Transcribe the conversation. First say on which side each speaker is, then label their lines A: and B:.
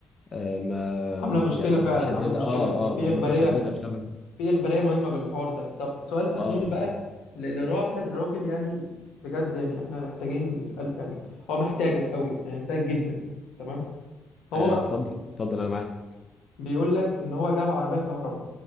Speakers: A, on the left (about 30°); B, on the left (about 80°).
A: آه ما
B: عامله مشكله
A: يعني
B: فعلا
A: متشدده
B: عامله مشكله
A: اه
B: يعني
A: اه
B: في
A: آه،
B: اخباريه
A: متشدده بسبب
B: في اخباريه مهمه بالحوار ده طب سؤال
A: اه
B: اخير
A: بالظبط
B: بقى ل- لراح الراجل يعني بجد يعني احنا محتاجين نسال يعني هو محتاجك قوي يعني محتاج جدا تمام هو
A: آه اتفضل اتفضل انا معاك
B: بيقول لك ان هو جاب عربيه كهرباء